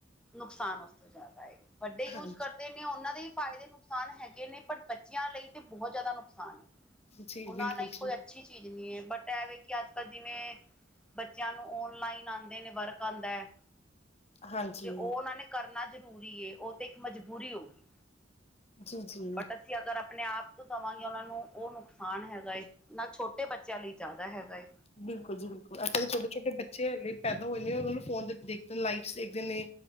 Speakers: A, in the centre; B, on the left (about 35°).
A: ਨੁਕਸਾਨ ਉਸ ਤੋਂ ਜ਼ਿਆਦਾ ਹੈ ਵੱਡੇ ਯੂਜ
B: ਹਾਂਜੀ
A: ਕਰਦੇ ਨੇ ਉਹਨਾਂ ਦੇ ਹੀ ਫਾਇਦੇ ਨੇ ਨੁਕਸਾਨ ਹੈਗੇ ਨੇ ਪਰ ਬੱਚਿਆਂ ਲਈ ਤੇ ਬਹੁਤ ਜ਼ਿਆਦਾ ਨੁਕਸਾਨ
B: ਜੀ
A: ਉਹਨਾਂ
B: ਬਿਲਕੁਲ
A: ਲਈ
B: ਜੀ
A: ਕੋਈ ਅੱਛੀ ਚੀਜ਼ ਨਹੀਂ ਹੈ ਬਟ ਇਹਵੇ ਕਿ ਅੱਜ ਕੱਲ੍ਹ ਜਿਵੇਂ ਬੱਚਿਆਂ ਨੂੰ ਔਨਲਾਈਨ ਆਉਂਦੇ ਨੇ ਵਰਕ ਆਦਾ ਹੈ।
B: ਹਾਂਜੀ
A: ਤੇ ਉਹ ਉਹਨਾਂ ਨੇ ਕਰਨਾ ਜ਼ਰੂਰੀ ਉਹ ਤੇ ਇੱਕ ਮਜਬੂਰੀ ਹੋਗੀ
B: ਜੀ ਜੀ
A: ਬਟ ਅਸੀ ਅਗਰ ਆਪਾਂ ਆਪਣੇ ਆਪ ਤੋਂ ਦੇਵਾਂਗੇ ਉਹਨਾਂ ਨੂੰ ਉਹ ਨੁਕਸਾਨ ਹੈਗਾ ਏ ਨਾਲ ਛੋਟੇ ਬੱਚਿਆਂ ਲਈ ਜ਼ਿਆਦਾ ਹੈਗਾ ਏ
B: ਬਿਲਕੁਲ ਜੀ ਬਿਲਕੁਲ ਅੱਜ ਕੱਲ ਦੇ ਛੋਟੇ-ਛੋਟੇ ਬੱਚੇ ਪੈਦਾ ਹੋਏ ਨੇ ਉਹਨਾਂ ਨੂੰ ਫੋਨ ਦੇ ਦੇਖਦੇ ਲਾਈਟਸ ਦੇਖਦੇ ਨੇ